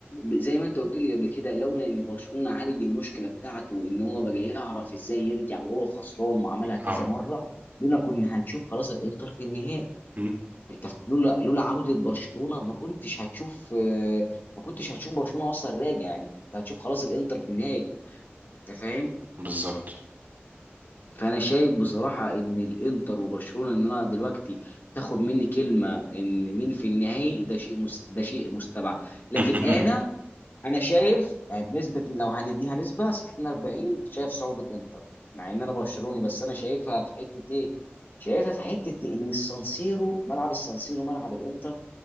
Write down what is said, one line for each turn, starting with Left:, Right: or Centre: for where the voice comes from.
Left: زي زي ما انت قلت لي قبل كده لولا ان برشلونه عالج المشكله بتاعته ان هو بقى يعرف ازاي يرجع وهو خسران وعملها كذا
Right: اه
Left: مره لولا كنا هنشوف خلاص الانتر في النهائي
Right: م،
Left: انت ف- لولا لولا عوده برشلونه ما كنتش هتشوف آه، ما كنتش هتشوف برشلونه اصلا راجع يعني انت هتشوف خلاص الانتر في النهائي انت فاهم
Right: بالظبط
Left: فانا شايف بصراحه ان الانتر وبرشلونه ان انا دلوقتي تاخد مني كلمه ان مين في النهائي ده شيء مس- ده شيء مستبعد لكن
Right: <laughs>
Left: انا انا شايف يعني بنسبه لو هنديها نسبه 60 40 شايف صعود الانتر مع ان انا برشلوني بس انا شايفها في حته ايه شايفها في حته ان السانسيرو ملعب السانسيرو ملعب الانتر